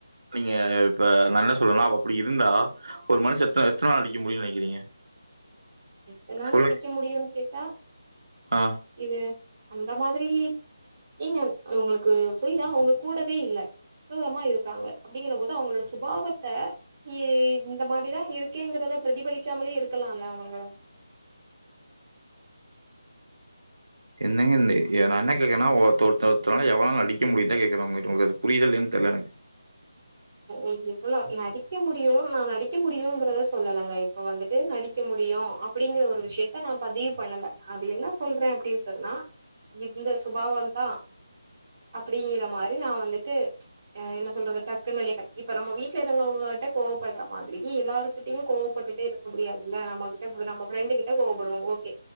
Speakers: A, on the right (about 70°); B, on the right (about 40°).
A: நீங்க இப்ப நா என்ன சொல்றேன்னா அவ அப்டி இருந்தா ஒரு மனுஷ எத்தன எத்தன நாள் நடிக்க முடியுனு நெனைக்கிறீங்க
B: எத்தனாலு
A: சொல்லுங்க.
B: நடிக்க முடியுன்னு கேட்டா
A: ஆ.
B: இது அந்த மாதிரி ஏங்க உங்களுக்கு புரிதா அவங்க கூடவே இல்ல தூரமா இருக்காங்க அப்டிங்கிற போது அவங்களோட சுபாவத்த இ இந்த மாதிரிதா இருக் கேங்கிறத பிரதிபலிக்காமலே இருக்கலால அவங்கள
A: என்னங்க நா என்ன கேக்கறன்னா ஒருத்த ஒருத்த ஒருத்தனால எவ்ளவு நாள் நடிக்க முடியுந்தா கேட்குற உங்க கிட்ட உங்களது புரியத இல்லையானு தெரல எனக்கு
B: ஓகே இப்பல்லா நடிக்க முடியு நா நடிக்க முடியங்கறத சொல்லலங்க இப்ப வந்துட்டு நடிக்க முடியு அப் அப்டிங்கிற ஒரு விஷயத்த நா பதிவு பண்ணல அது என்ன சொல்ற அப்டின்னு சொன்னா இந்த சுபாவந்த அப்டி நம்ம அருனா வந்துட்டு ஆ என்ன சொல்றது டக் குன்னு வெளிய காட்டி இப்ப நம்ம வீட்டுல இருக்கவங்கிட்ட கோவப்படுற மாதிரி எல்லாருகிட்டையு கோவப்பட்டுடே இருக் முடியாதுல்ல நம்ம கிட்ட நம்ம ஃப்ரெண்டு கிட்ட கோவப்படுவோ ஓகே